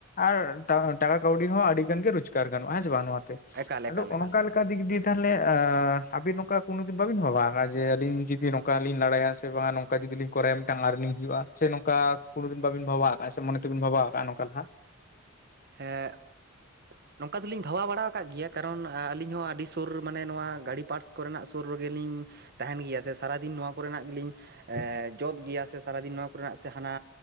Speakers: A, on the left; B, on the right.
A: ᱟᱨ ᱴᱟᱠᱟ ᱠᱟᱹᱣᱰᱤ ᱦᱚᱸ ᱟᱹᱰᱤ ᱜᱟᱱ ᱜᱮ ᱨᱳᱡᱽᱜᱟᱨ ᱜᱟᱱᱚᱜᱼᱟ ᱦᱮᱸᱥᱮ ᱵᱟᱝ ᱱᱚᱣᱟᱛᱮ
B: ᱮᱠᱟᱞ ᱮᱠᱟᱞ
A: ᱟᱫᱚ
B: ᱮᱠᱟᱞ
A: ᱚᱱᱠᱟ
B: ᱮᱠᱟᱞ
A: ᱞᱮᱠᱟ ᱫᱤᱠ ᱫᱤᱭᱮ ᱛᱟᱦᱞᱮ ᱟᱹᱵᱤᱱ ᱱᱚᱝᱠᱟ ᱠᱳᱱᱳ ᱫᱤᱱ ᱵᱟᱹᱵᱤᱱ ᱵᱷᱟᱵᱟᱣ ᱟᱠᱟᱫᱟ ᱡᱮ ᱟᱹᱞᱤᱧ ᱡᱩᱫᱤ ᱱᱚᱝᱠᱟ ᱞᱤᱧ ᱞᱟᱲᱮᱭᱟᱜ ᱥᱮ ᱵᱟᱝ ᱱᱚ ᱚᱝᱠᱟ ᱡᱩᱫᱤᱞᱤᱧ ᱠᱚᱨᱟᱭᱟ ᱢᱤᱫᱴᱟᱝ ᱟᱨᱱᱤᱝ ᱦᱩᱭᱩᱜᱼᱟ, ᱥᱮ ᱱᱚᱠᱟ ᱠᱚᱱᱳ ᱫᱤᱱ ᱵᱟᱵᱤᱱ ᱵᱷᱟᱵᱟᱣ ᱠᱟᱜ ᱟ ᱥᱮ ᱢᱚᱱᱮ ᱛᱮᱵᱤᱱ ᱵᱷᱟᱵᱟᱣ ᱠᱟᱜᱼᱟ ᱱᱚᱝᱠᱟ ᱞᱟᱦᱟ
B: ᱦᱮᱸ,
A: ᱦ <unintelligible>
B: ᱱᱚᱝᱠᱟ ᱫᱚᱞᱤᱧ ᱵᱷᱟᱵᱟᱣ ᱵᱟᱲᱟᱣ ᱟᱠᱟᱫ ᱜᱮᱭᱟ, ᱠᱟᱨᱚᱱ ᱟᱹᱞᱤᱧ ᱦᱚᱸ ᱟᱹᱰᱤ ᱥᱩᱨ ᱢᱟᱱᱮ ᱱᱚᱣᱟ ᱜᱟᱹᱰᱤ ᱯᱟᱴᱥ ᱠᱚᱨᱮᱱᱟᱜ ᱥᱩᱨ ᱨᱮᱜᱮᱞᱤᱧ ᱛᱟᱦᱮᱱ ᱜᱮᱭᱟ ᱥᱮ ᱥᱟᱨᱟᱫᱤᱱ ᱱᱚᱣᱟ ᱠᱚᱨᱮᱱᱟᱜ ᱜᱮᱞᱤᱧ ᱡᱚᱫ ᱜᱮᱭᱟ, ᱥᱮ ᱥᱟᱨᱟᱫᱤᱱ ᱱᱚᱣᱟ ᱠᱚᱨᱮᱱᱟᱜ ᱥᱮ ᱦᱟᱱᱟ